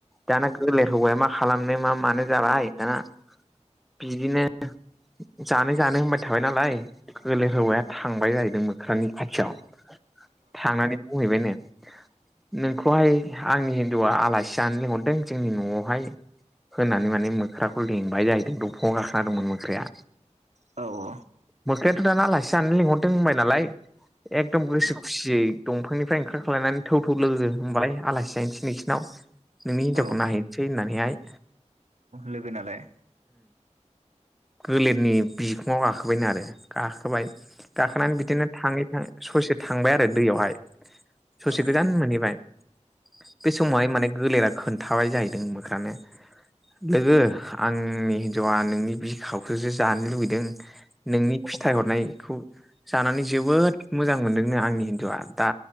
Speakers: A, in the centre; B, on the right.
A: दाना गोलेर हौवाया मा खालामनो मा मानो जाबाय दाना बिदिनो जानो जानो होनबाय थाबाय नालाय गोलेर हौवाया थांबाय जाहैदों मोख्रानि खाथियाव थांनानै बुंहैबायनो नोंखौहाय आंनि हिनजावा आलासि जानो लिंहरदों जोंनि न'आवहाय होनानै माने मोख्राखौ लेंंबाय जाहैदों दंफांआव गाखोना दंमोन मोख्राया
B: औ
A: मोख्रायाथ' दाना आलासि जानो लिंहरदों होनबाय नालाय एकदम गोसो खुसियै दंफांनिफ्राय ओंखार ख्लायनानै थौ थौ लोगो होमबालाय आलासि जाहैनोसै नोंसिनियाव नोंनि हिनजावखौ
B: औ
A: नायहैसै होननानैहाय
B: लोगो नालाय
A: गोलेरनि बिखुङाव गाखोबाय आरो गाखोबाय गाखोनानै बिदिनो थाङै थाङै ससे थांबाय आरो दैयावहाय ससे
B: औ
A: गोजान मोनहैबाय बे समावहाय माने गोलेरा खोन्थाबाय जाहैदों मोख्रानो लोगो आंनि हिनजावा नोंनि बिखाखौसो जानो लुबैदों नोंनि फिथाइ हरनायखौ जानानै जोबोद मोजां मोनदोंनो आंनि हिनजावआ दा